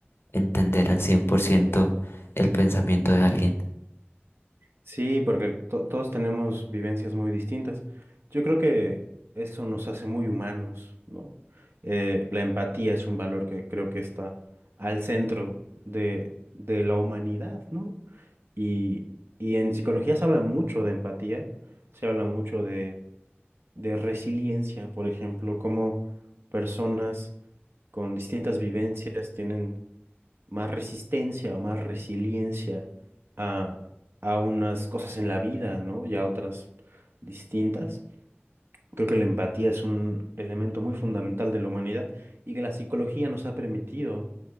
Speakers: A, on the left; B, on the right.
A: entender al 100% el pensamiento de alguien.
B: Sí, porque to- todos tenemos vivencias muy distintas. Yo creo que eso nos hace muy humanos, ¿no? Eh, la empatía es un valor que creo que está al centro de, de la humanidad, ¿no? Y, y en psicología se habla mucho de empatía, se habla mucho de, de resiliencia, por ejemplo, cómo personas con distintas vivencias tienen más resistencia o más resiliencia a, a unas cosas en la vida, ¿no? Y a otras distintas. Creo que la empatía es un elemento muy fundamental de la humanidad y que la psicología nos ha permitido,